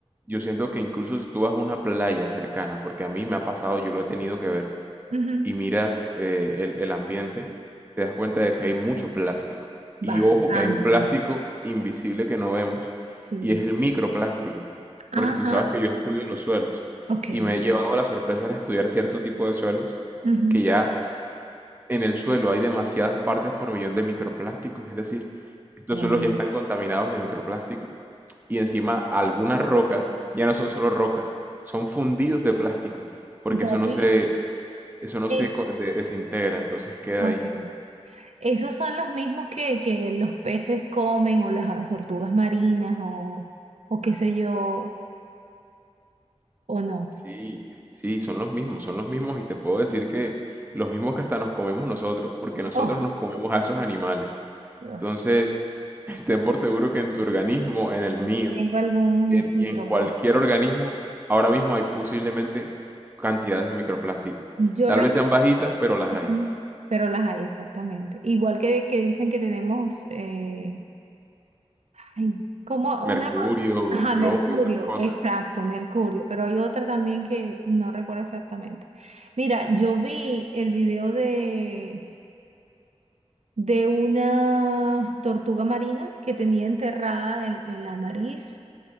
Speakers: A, on the right; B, on the right.
A: yo siento que incluso si tú vas a una playa cercana, porque a mí me ha pasado, yo lo he tenido que ver,
B: ujú,
A: y miras eh, el, el ambiente, te das cuenta de que hay mucho plástico. Y
B: Bastante,
A: ojo que hay un plástico invisible que no vemos
B: sí.
A: y es el microplástico,
B: Ajá,
A: porque tú sabes que yo estudio los suelos
B: ok.
A: y me he llevado la sorpresa de estudiar cierto tipo de suelos
B: ujú.
A: que ya en el suelo hay demasiadas partes por millón de microplásticos, es decir, estos
B: Wow.
A: suelos ya están contaminados de microplástico y encima algunas rocas ya no son solo rocas, son fundidos de plástico, porque
B: David,
A: eso no se eso no
B: es,
A: se co- de- desintegra, entonces queda
B: ok.
A: ahí.
B: Esos son los mismos que, que los peces comen o las tortugas marinas o, o qué sé yo, o no.
A: Sí, sí, son los mismos, son los mismos y te puedo decir que los mismos que hasta nos comemos nosotros, porque nosotros
B: Oh,
A: nos comemos a esos animales.
B: Dios,
A: Entonces, <laughs> ten por seguro que en tu organismo, en el mío
B: tengo algún
A: y en,
B: microplástico.
A: y en cualquier organismo, ahora mismo hay posiblemente cantidades de microplástico.
B: Yo
A: Tal
B: recién,
A: vez sean bajitas, pero las
B: ujú,
A: hay.
B: pero las hay exactamente. Igual que, que dicen que tenemos, eh, Ay, como
A: Mercurio,
B: una, ajá,
A: plomo
B: Mercurio,
A: y otras cosas.
B: exacto, Mercurio, pero hay otra también que no recuerdo exactamente. Mira, yo vi el video de, de una tortuga marina que tenía enterrada en, en la nariz